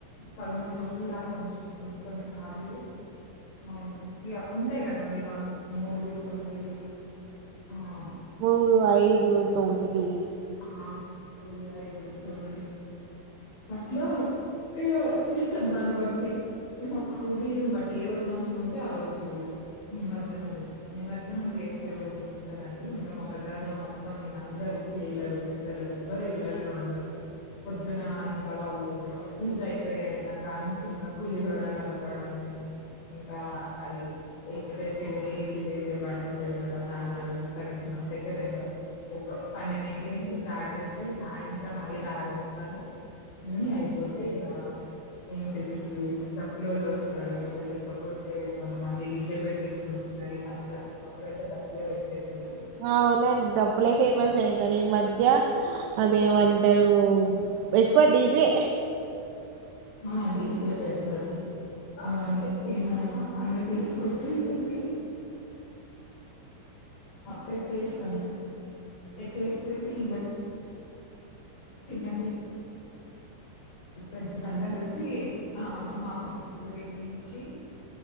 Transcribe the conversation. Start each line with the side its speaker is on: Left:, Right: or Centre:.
Left: పదమూడు రోజులలాగా ఉంచుకుంటం కొన్ని సార్లు ఆ ఇగ ఉంటాయి కదండి వన్ మూడు తొమ్మిది ఆ ప
Right: మూడు ఐదు తొమ్మిది
Left: ఆ మూడు అయిదు తొమ్మిది అట్లా ఇగా ఇష్టం దాన్ని బట్టి మాకు వీలున్ బట్టి ఏ రోజు మంచిగా ఉంటే ఆ రోజు నిమజ్జనం చేస్తాం నిమజ్జనం చేసే రోజు ఉంటదండి ఇంకా మా బజార్ లో మొత్తం మీ అందరు పిల్లలు పెద్దలు ఎవ్వరు ఇళ్లల్లో ఉండరు పొద్దునా ఇంకా వాళ్ళు పూజ అయిపోయినా కానుంచి ఇంకా పులిహోర కలపడం ఇంకా అది ఏదైతే ఊరేగింపు చేసే బండి ఉంటది కదా దాన్ని అలంకరించడం దగ్గర దగ్గర ఒక పన్నెండింటి నుంచి స్టార్ట్ చేస్తే సాయంత్రం ఐదు ఆరుంటికల్లా అయిపోతే ఇగ ఏంటిది డప్పులోళ్ళు వస్తారు లేకపోతే కొంతమంది డీజే పెట్టించుకుంటున్నారు ఈ మధ్య ఒకప్పుడయితే డప్పులే పెట్టేపోళు
Right: అ అవునండి డప్పులే ఫేమసే కానీ ఈ మధ్య అదేమంటారు ఎకువ డీజే
Left: ఆ డీజే పెడతారు ఆ ఇలా అంగ తీసుకొచ్చేేసెసి పెట్టేస్తాను పెట్టేసేసి ఇంకా కిన్నతి పెద్దంత కలిసి ఆ మా ఊరేగించి